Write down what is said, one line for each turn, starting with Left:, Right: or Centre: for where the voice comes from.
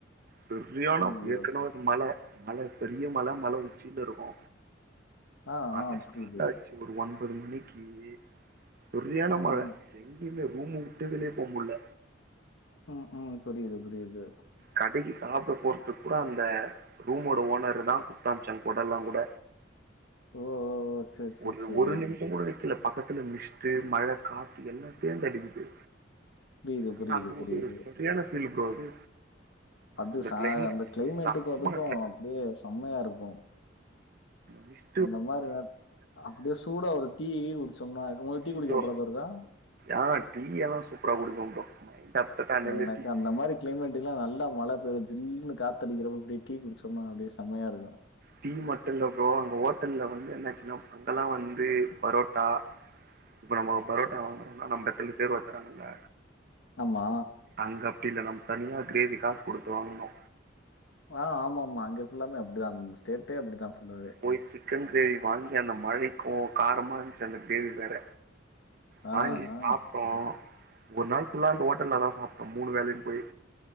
Right: செரியான
Left: ஐயய்யோ!
Right: ஏற்கனவே அது மல மல பெரிய மல, மல உச்சில இருக்கு
Left: ஆ,
Right: மழை
Left: ஆ
Right: ஸ்டார்ட்
Left: புரியுது.
Right: ஆச்சு ஒரு ஒன்பது மணிக்கு சரியரியான
Left: ம்,
Right: மழை
Left: ம்.
Right: எங்கயுமே ரூமு விட்டே வெளிய போ முடில
Left: ம், ம், புரியுது புரியுது
Right: கடைக்கு சாப்பிட போறதுக்கு கூட அந்த ரூமோட ஓனர்ருதா குடுத்தமிச்சாங்க கொடல்லா கூட
Left: ஓ ஓ ஓ சரி, சரி,
Right: ஒரு
Left: சரி.
Right: ஒரு நிமிஷ கூட நிக்கில பக்கத்துல மிஸ்ட்டு மழ காத்து எல்லா சேந்து அடிக்குது
Left: புரியுது,
Right: ஆனா
Left: புரியுது,
Right: அது
Left: புரியுது.
Right: ஒரு சரியான ஃபீல் ப்ரோ அது
Left: அது
Right: அந்த
Left: ச
Right: கிளைமேட்
Left: அந்த கிளைமேட்டுக்கு
Right: செம்ம
Left: அதுக்கு அப்டியே செமையா இருக்கு
Right: மிஸ்
Left: அந்த மாரி நேரத்துல அப்டியே சூடா ஒரு டீ கி குடிச்சோம்னா உங்களுக்கு டீ
Right: அச்சோ
Left: குடிக்கிற பழக்க இருக்கா
Right: ஆ டீயெல்லா சூப்பரா குடிப்ப ப்ரோ அப்செட் ஆனாலே
Left: எனக்கு எனக்கு
Right: டீ தா
Left: அந்த மாரி கிளைமேட்டுக்கெல்லா நல்லா மழை பெய்ச்சு ஜில்ன்னு காத்தடிக்கிறப்ப அப்டியே டீ குடிச்சோம்னா அப்டியே செமையா இருக்கு
Right: டீ மட்டுல்ல ப்ரோ அங்க ஹோட்டல்ல வந்து என்னாச்சுன்னா அங்கல்லா வந்து பரோட்டா இப்ப நம்ம பரோட்டா வாங்குறோம்னா நம்ம எடத்துல சேர்வா தராங்கல்ல
Left: ஆமா
Right: அங்க அப்டி இல்ல நம்ம தனியா கிரேவி காசு குடுத்து வாங்குனு
Left: ஆ ஆமா ஆமா அங்க ஃபுல்லாமே அப்டிதா அந்த ஸ்டேட்டே அப்டிதா ஃபுல்லாவே
Right: போய் சிக்கன் கிரேவி வாங்கி அந்த மழைக்கு காரமா இருந்துச்சு அந்த கிரேவி வேற வாங்கி
Left: ஆ, ஆ.
Right: சாப்ட்டோ ஒரு நாள் ஃபுல்லா அந்த ஹோட்டல்லதா சாப்ட்டோ மூணு வேளையு போயி